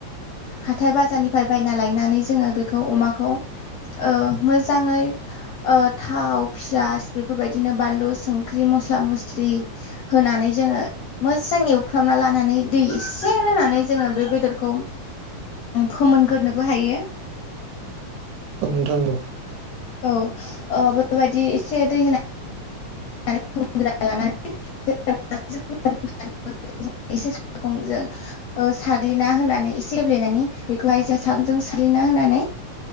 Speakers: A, on the left; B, on the right.
A: हाथाय बाजारनिफ्राय बायना लायनानै जोङो बेखौ अमाखौ ओ मोजाङै थाव पियास बेफोरबायदिनो बानलु संख्रि मस्ला मस्लि होनानै जोङो मोजां एवफ्रामना लानानै दै एसे होनानै जोङो बे बेदरखौ फोमोनग्रोनोबो हायो
B: औ नोंथां औ
A: औ बेबायदि एसे दै होना <unintelligible> <unintelligible> एसे सागं जों साग्लिना होनानै एसे गेब्लेनायनि बेखौहाय जों सागंजों साग्लिना होनानै